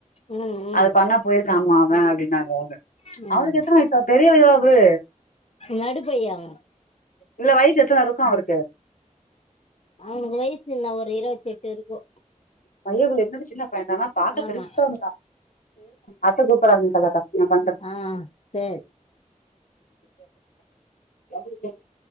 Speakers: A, on the left (about 50°); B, on the left (about 85°).
A: ம் ம்
B: அது பண்ணா போயிருக்கம அவன் அப்படின்னாங்க அவங்க
A: ம்
B: அவருக்கு எத்தனை வயசா பெரிய வயோ அவரு
A: நடுப்பையாங்க
B: இல்ல வயசு எத்தனை இருக்கு அவருக்கு
A: அவங்க வயசுன என்னஒரு இருவத்தி எட்டு இருக்கு
B: பைய என்ன சின்ன பையனந்தனா பாக்க
A: ஆமா
B: பெருசாஇருந்தா அத்தை கூப்பிடறாங்க கலக்கா ந பந்தரு
A: ஆ சேரி
B: ஆ <unintelligible>